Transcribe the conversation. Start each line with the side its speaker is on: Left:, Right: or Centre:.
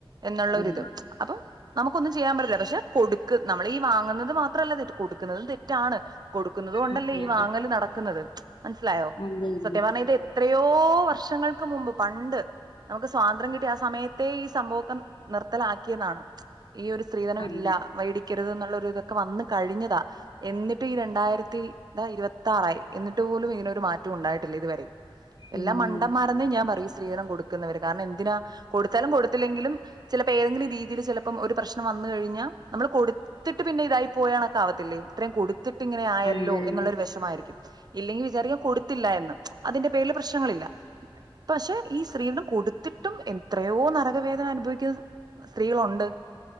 Right: എന്നുള്ള
Left: ഉം
Right: ഒരിത് അപ്പൊ നമുക്കൊന്നും ചെയ്യാൻ പറ്റില്ല പക്ഷെ കൊടു ക്ക് നമ്മൾ ഈ വാങ്ങുന്നത് മാത്രമല്ലല്ലോ ഇത് കൊടുക്കുന്നതും തെ റ്റാണ് കൊടുക്കുന്നത് കൊണ്ടല്ലേ
Left: അതെ
Right: ഈ
Left: അതെ
Right: വാങ്ങല്
Left: ആഹ് അതെതെ
Right: നടക്കുന്നത് മനസ്സിലായോ
Left: അതെതെ അതെ അതെ
Right: സത്യം
Left: അതെ
Right: പറഞ്ഞ ഇത് എത്ര യോ വർഷങ്ങൾക്ക് മുമ്പ് പണ്ട് നമുക്ക് സ്വാതന്ത്ര്യം കിട്ടിയ ആ സമയത്തെ ഈ സംഭവമൊക്കെ നിർത്തലാക്കിയതാണ് ഈ ഒരു സ്ത്രീധനം
Left: അതെ
Right: ഇല്ല മേടി ക്കരുതെന്നുള്ള ഒരു ഇതൊക്കെ വന്ന് കഴിഞ്ഞതാ എന്നിട്ടും ഈ രണ്ടായിരത്തി ഇതാ ഇരുപത്താറായി എന്നിട്ട് പോലും ഇതിനൊരു മാറ്റം ഉണ്ടായി ട്ടില്ല ഇതുവരെയും എല്ലാ
Left: ഇല്ലില്ല
Right: മണ്ടന്മാരെന്നേ ഞാൻ പറയും ഈ സ്ത്രീധനം കൊടു ക്കുന്നവര് കാരണം എന്തിനാ കൊടുത്താലും കൊടുത്തില്ലെങ്കിലും ചിലപ്പോ ഏതെങ്കിലും രീതിയിൽ ചിലപ്പം ഒരു പ്രശ്നം വന്നു കഴിഞ്ഞാ നമ്മള് കൊടുത്തിട്ട് പിന്നെ ഇതായി പോയ കണക്ക് ആവത്തില്ലേ ഇത്രയും കൊടു ത്തിട്ട് ഇങ്ങനെ ആയല്ലോ
Left: അതെതെ
Right: എന്നുള്ളൊരു വിഷമായിരിക്കും ഇല്ലെങ്കിൽ വിചാരിക്കും കൊടുത്തില്ല എന്ന് അതിന്റെ പേരില് പ്രശ്നങ്ങളില്ല പക്ഷെ ഈ സ്ത്രീധനം കൊടുത്തിട്ടും എ എത്രയോ നരക വേദന അനുഭവിക്കുന്നത് സ്ത്രീകളുണ്ട്